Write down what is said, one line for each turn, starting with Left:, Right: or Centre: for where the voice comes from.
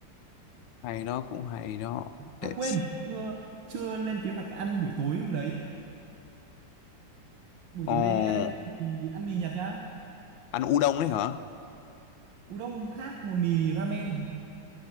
Left: hay đó cũng hay đó để
Right: À quên,
Left: x-
Right: chưa chưa lên kế hoạch ăn buổi tối hôm đấy. Buổi
Left: ồ
Right: tối đấy đi ăn mì, ăn mì Nhật nhá.
Left: ăn udon đấy hả
Right: Udon khác một mì ramen.